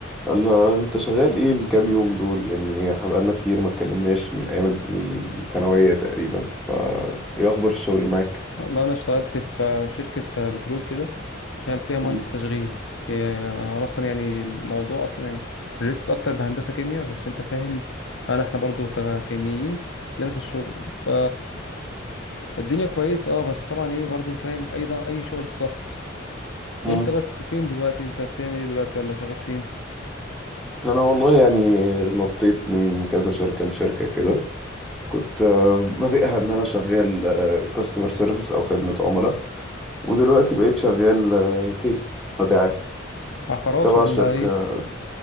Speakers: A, in the centre; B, on the left.
A: الله انت شغال ايه الكام يوم دول يعني بقالنا كتير ما اتكلمناش من ايام الثانوية تقريبا فا ايه اخبار الشغل معاك
B: والله انا اشتغلت في شركه بترول كده شغال فيها مهندس
A: مم.
B: تشغيل هي- انا اصلا يعني الموضوع اصلا يعني ريليتد اكتر بهندسه كيمياء بس انت فاهم انا احنا برضو ككيميين عندنا في الشغل ف الدنيا كويس اه بس طبعا ايه برضو فاهم اي ضغط اي شغل في ضغط
A: مم.
B: انت بس فين دلوقتي انت بتعمل ايه دلوقتي ولا شغال فين
A: انا والله يعني نطيت من كذا شركة لشركة كده كنت آه، بادئها ان انا شغال كاستمر سيرفيس او خدمة عملاء ودلوقتي بقيت شغال سيلز مبيعات
B: عقارات
A: تبع
B: ولا
A: شركة
B: ايه